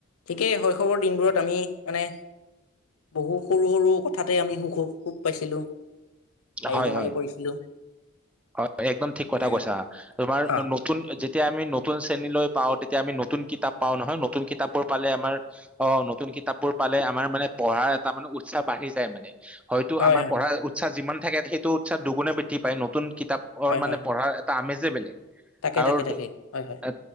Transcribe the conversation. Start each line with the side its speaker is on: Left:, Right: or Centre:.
Left: ঠিকেই শৈশৱৰ দিনবোৰত আমি মানে বহু সৰু সৰু কথাতে আমি সুখ সুখ পাইছিলো। হাঁহি
Centre: হয়
Left: ধেমালি
Centre: হয়
Left: কৰিছিলো।
Centre: হয়, একদম ঠিক কথা
Left: উম
Centre: কৈছা ।তোমাৰ
Left: হা
Centre: নতুন যেতিয়া আমি নতুন শ্ৰেণীলৈ পাওঁ তেতি তিয়া আমি নতুন কিতাপ পাও নহয় নতুন কিতাপ বোৰ পালে আমাৰ অ নতুন কিতাপ বোৰ পালে আমাৰ মানে পঢ়াৰ এটা মানে উৎসাহ বাঢ়ি যায় মানে হয়তো
Left: হয়
Centre: আমাৰ
Left: হয়
Centre: পঢ়াৰ উৎসাহ যিমান থাকে সেইটো উৎসাব দুগুনে বৃদ্ধি পায়। নতুন কিতাপৰ
Left: হয়
Centre: মানে
Left: হয়
Centre: পঢ়াৰ এটা আমেজ যে বেলেগ
Left: তাকে
Centre: আৰু
Left: তাকে তাকে হয় হয়
Centre: এ